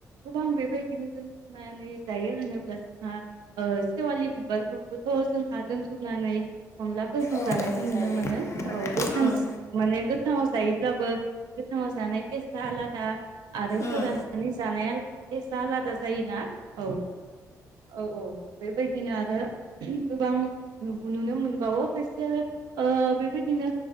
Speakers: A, on the right; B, on the left.
A: गोबां बेबायदिनो जोंनानै जायो होनोब्ला जोंहा ओ सेवालि बिबारखौबोथ' जोंहा दोनथुमनानै अनला गोजों
B: औ
A: जानायखौ
B: औ
A: नुनो
B: जायो
A: मोनो औ गोथां
B: उम
A: माने गोथाङाव जायोब्लाबो गोथाङाव जानाय केसा आलादा आरो
B: उम
A: फोराननानै जानाया फेसआ आलादा जायोना औ औ औ बेबायदि बिदिनो आरो गोबां नुनो मोनबावो खायसे आरो बेबायदिनो